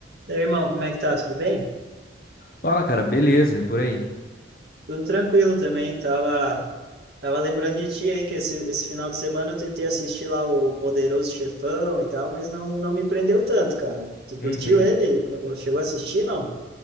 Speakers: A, on the right (about 55°); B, on the left (about 50°).
A: Daí, irmão, como é que tá? Tudo bem?
B: Fala, cara, beleza? E por aí?
A: Tudo tranquilo também. Tava, tava lembrando de ti aí que esse, esse final de semana eu tentei assistir lá o Poderoso Chefão e tal, mas não, não me prendeu tanto, cara. Tu curtiu
B: Uhum.
A: ele? Co- Chegou a assistir, não?